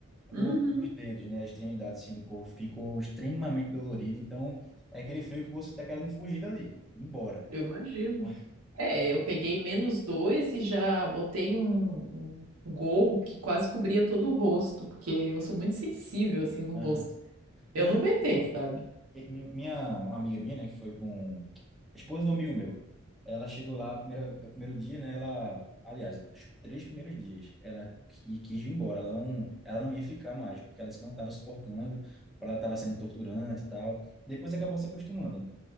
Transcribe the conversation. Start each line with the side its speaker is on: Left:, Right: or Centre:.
Right: Uhum.
Centre: o- os dedos, né, as extremidades assim, do corpo ficou extremamente dolorido, então é aquele frio que você está querendo fugir dali, ir embora.
Right: Eu imagino.
Centre: <laughs>
Right: É,
Centre: Já,
Right: eu peguei menos dois e já botei um, um um gorro que quase cobria todo o rosto, porque eu sou muito sensível assim no
Centre: aham.
Right: rosto.
Centre: Não,
Right: Eu não aguentei,
Centre: não.
Right: sabe?
Centre: E mi- Minha uma amiga minha, né, que foi com a esposa do amigo meu, ela chegou lá a primeira, o primeiro dia, né, ela, aliás, os três primeiros dias, ela qui- quis vir embora, ela não, ela não ia ficar mais, porque ela disse que não estava suportando, ela estava sendo torturante e tal. Depois acabou se acostumando, né?